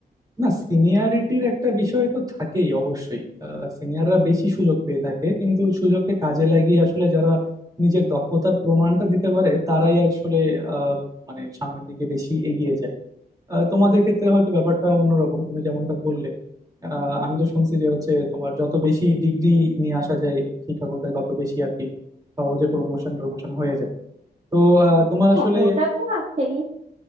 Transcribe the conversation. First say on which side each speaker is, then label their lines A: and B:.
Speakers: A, on the right; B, on the right.
A: না সিনিয়রিটির একটা বিষয় তো থাকেই অবশ্যই সিনিয়ররা বেশি সুযোগ পেয়ে থাকে কিন্তু সুযোগকে কাজে লাগিয়ে আসলে যারা নিজের দক্ষতার প্রমাণটা দিতে পারে তারাই আসলে আহ, মানে সামনের দিকে বেশি এগিয়ে যায় আহ, তোমাদের ক্ষেত্রে হয়তো ব্যাপারটা অন্যরকম তুমি যেমনটা বললে আহ, আমি তো শুনছি যে হচ্ছে তোমার যত বেশি ডিগ্রি নিয়ে আসা যায় শিক্ষকতায় তত বেশি আর কি সহজে প্রমোশন প্রমোশন হয়ে যায় তো আহ, তোমার
B: হ্যাঁ
A: আসলে
B: ওটা তো আছেই